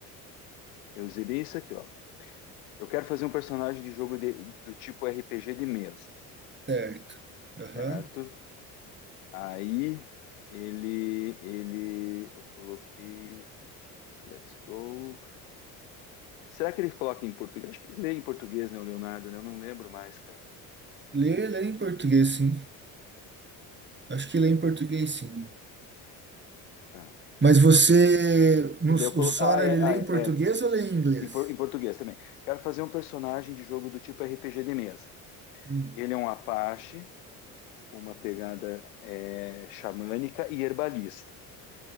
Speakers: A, on the left (about 85°); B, on the right (about 25°).
A: Eu usei bem isso aqui, ó. Eu quero fazer um personagem de jogo de- do tipo RPG de mesa,
B: certo. Aham.
A: certo? Aí ele, ele, eu coloquei, let's go. Será que ele coloca em português? Acho que ele lê em português, né, o Leonardo, né? Eu não lembro mais, cara.
B: Lê, lê em português, sim. Acho que lê em português, sim.
A: Tá.
B: Mas você, no,
A: E daí
B: o
A: eu colo...
B: Sora,
A: Ah, é,
B: ele lê
A: ah, é,
B: em português
A: é.
B: ou lê em inglês?
A: Em, por- em português também. Quero fazer um personagem de jogo do tipo RPG de mesa.
B: Hum.
A: Ele é um Apache, com uma pegada é, xamânica e herbalista.